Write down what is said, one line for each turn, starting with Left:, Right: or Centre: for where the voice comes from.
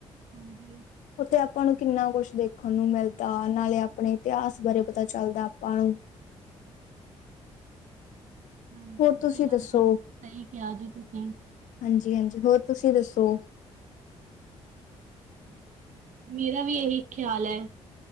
Right: ਹਾਂਜੀ।
Left: ਉੱਥੇ ਆਪਾਂ ਨੂੰ ਕਿੰਨਾ ਕੁਛ ਦੇਖਣ ਨੂੰ ਮਿਲਦਾ ਨਾਲੇ ਆਪਣੇ ਇਤਿਹਾਸ ਬਾਰੇ ਪਤਾ ਚੱਲਦਾ ਆਪਾਂ ਨੂੰ।
Right: ਹਾਂਜੀ,
Left: ਹੋਰ ਤੁਸੀਂ
Right: ਇਹ ਗੱਲ
Left: ਦੱਸੋ
Right: ਤਾਂ ਸਈ ਕਿਆ ਜੀ ਤੁਸੀਂ।
Left: ਹਾਂਜੀ-ਹਾਂਜੀ, ਹੋਰ ਤੁਸੀਂ ਦੱਸੋ?
Right: ਮੇਰਾ ਵੀ ਇਹੀ ਖਿਆਲ ਐ।